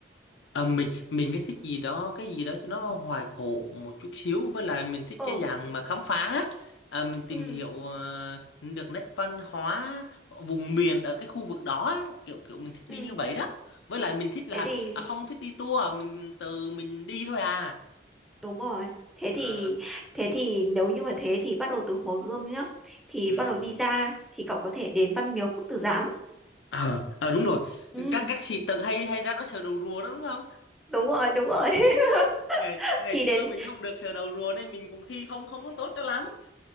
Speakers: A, on the left; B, in the centre.
A: À, mình mình cái thích gì đó cái gì đó cho nó hoài cổ một chút xíu với lại mình thích
B: ờ
A: cái dạng mà khám phá à, mình tìm
B: ừ
A: hiểu ờ, được nét văn hóa vùng miền ở cái khu vực đó á. kiểu kiểu mình thích đi
B: ừ
A: như vậy đó với lại mình thích là
B: thế thì
A: à, không thích đi tour mình tự mình đi thôi à
B: đúng rồi thế
A: Ờ,
B: thì thế thì nếu như mà thế thì bắt đầu từ Hồ Gươm nhá thì
A: ừ.
B: bắt đầu đi ra thì cậu có thể đến Văn Miếu Quốc Tử Giám
A: Ờ, ờ, đúng rồi
B: ừ
A: các các sĩ tử hay hay ra đó sờ đầu rùa đó đúng không
B: đúng rồi đúng rồi
A: ngày
B: <laughs>
A: ngày
B: thì
A: xưa
B: đến
A: mình không được sờ đầu rùa nên mình cũng thi không không có tốt cho lắm